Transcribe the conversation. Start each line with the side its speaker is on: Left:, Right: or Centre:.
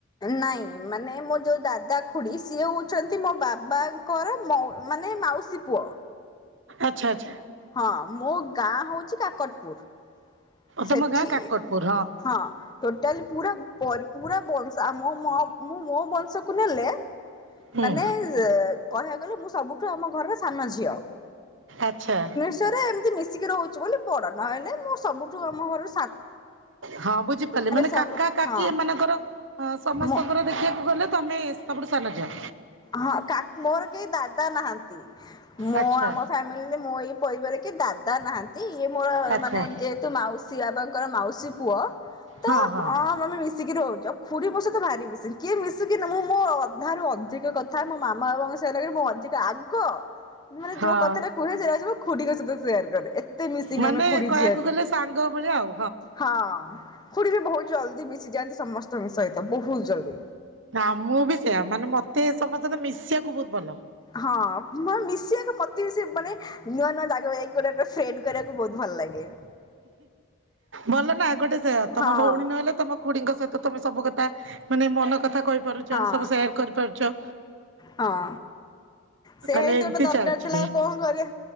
Left: ନାଇଁ ମାନେ ମୋ ଯୋଉ ଦାଦା ଖୁଡି ସିଏ ହଉଛନ୍ତି ମୋ ବାବାଙ୍କର ମାନେ ମାଉସୀ। ଶିପ
Right: ଆଚ୍ଛା ଆଚ୍ଛା।
Left: ହଁ ମୋ ଗାଁ ହଉଛି କାକଟପୁର। ସେଠି
Right: ତମ ଗାଁ କାକଟପୁର
Left: ହଁ ଟୋଟାଲି ପୁରା ପୁରା ବଂଶୋ ମୁ ମୋ ବଂଶକୁ ନେଲେ
Right: ହୁଁ
Left: ମାନେ କହିବାକୁ ଗଲେ ମୁଁ ସବୁଠୁ ଆମ ଘର ସାନ ଝିଅ।
Right: ଆଛା
Left: ଏମତି ମିଶିକି ରହୁଛିୁ ବୋଲି ବଡ ନହଲେ ମୁଁ ସବୁଠୁ ଆମ ଘ
Right: ହଁ ବୁଝିପାରିଲ ମାନେ
Left: ସବୁ
Right: କାକା କାକି
Left: ହଁ
Right: ଏମାନଙ୍କର ହଁ ସମସ୍ତଙ୍କର
Left: ମୁଁ
Right: ଦେଖିବାକୁ ଗଲେ ତମେ। ସବୁଠୁ ସାନ ଝିଅ।
Left: ହଁା ମୋର କେହି ଦାଦା ନାହାନ୍ତି। ମୁଁ
Right: ଆଚ୍ଛା
Left: ଆମ ଫ୍ୟାମିଲିରେ ମୁଁ ଏଇ ପରିବାର କି ଦାଦା ନାହାନ୍ତି ଇଏ ମୋର
Right: ଆଚ୍ଛା
Left: ମାନେ ଯେ ତୁ ମାଉସୀ ବାପଙ୍କର ମାଉସୀ ପୁଅ ତ
Right: ହଁ ହଁ
Left: ମ ଶିକି ରହୁଛ ଖୁୁଡି ମୋ ସହିତ ଭାରି ମିଶନି କିଏ ମିଶୁ କିି ମୁଁ ମ ଅଧିକ କଥା ମୋ ମାମା ବାବାଙ୍କ ସହି ମୁଁ ଅଧିକ ଆଗ ମାନେ
Right: ହଁ
Left: ଯୋଉ କଥାଟା କୁଛି <unintelligible> ଖୁଡିିକ ସହିତ ସେୟାର କରେ। ଏତେ ମିସିଙ୍ଗ
Right: ମାନେ
Left: ଆମେ ଖୁଡି
Right: କହିବାକୁ
Left: ଝିଆରୀ
Right: ଗଲେ ସାଙ୍ଗ ଭଳିଆ ଆଉ
Left: ହଁ। ଖୁଡି ବି ବହୁତ ଜଲଦି ମିଶିଯାଆନ୍ତି ସମସ୍ତଙ୍କ ସହିତ ବହୁତ ଜଲଦି।
Right: ନା ମୁଁ ବି ସେୟା ମାନେ ମତେ ସମସ୍ତେ ତ ମିଶିବାକୁ ବହୁତ ଭଲ।
Left: ହଁ ମିଶିବାକୁ ମତେ ସେ ମାନେ ନୂଆ ନୂଆ ଜାଗା ଯାଇକି ଗୋଟେ ଗୋଟେ ଫ୍ରେଣ୍ଡ କରିବାକୁ ବହୁତ ଭଲ ଲାଗେ।
Right: ଭଲ ନା ଗୋଟେ ସେ ତମ
Left: ହଁ
Right: ଭଉଣୀ ନହେଲେ ତମ ଖୁଡ଼ିଙ୍କ ସହିତ ତମେ ସବୁ କଥା ମାନେ ମନ କଥା କହିପାରୁଛ
Left: ହଁ
Right: ସବୁ ସେୟାର କରିପାରୁଛ।
Left: ହଁ ସେୟା
Right: ତାହେଲେ
Left: ହିଁ ତ
Right: ଏମିତି
Left: ଗୋଟେ ଦରକାର
Right: ଚାଲିଛି।
Left: ଥିଲା ଆଉ କଣ କରିବା